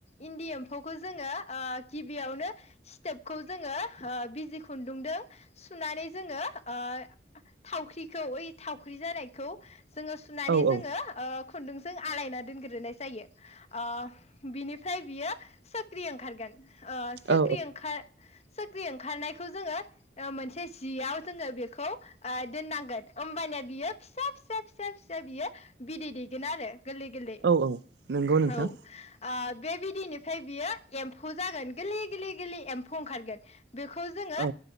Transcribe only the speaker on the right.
औ औ
औ
औ औ नंगौ नोंथां
औ